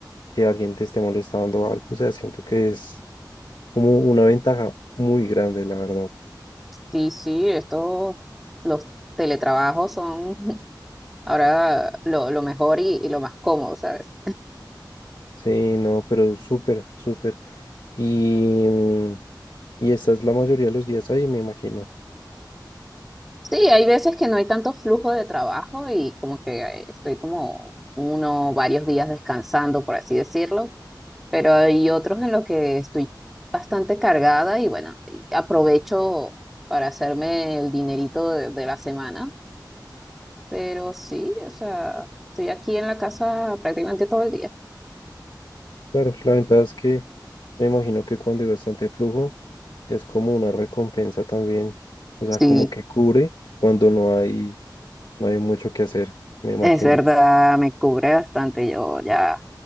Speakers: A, on the left; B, in the centre.
A: que alguien te esté molestando o algo. O sea, siento que es como una ventaja muy grande, la verdad.
B: Sí, sí, estos, los teletrabajos son <laughs> ahora lo, lo mejor y, y lo más cómodo, ¿sabes?
A: Sí, no, pero súper, súper. Y, mm, y esta es la mayoría de los días ahí, me imagino.
B: Sí, hay veces que no hay tanto flujo de trabajo y como que eh, estoy como uno, varios días descansando, por así decirlo, pero hay otros en los que estoy bastante cargada y bueno, y aprovecho para hacerme el dinerito de de la semana Pero sí, o sea, estoy aquí en la casa prácticamente todo el día.
A: Claro, la ventaja es que me imagino que cuando hay bastante flujo es como una recompensa también. O sea,
B: Sí,
A: como que cubre cuando no hay, no hay mucho que hacer, me imagino.
B: es verdad, me cubre bastante. Yo ya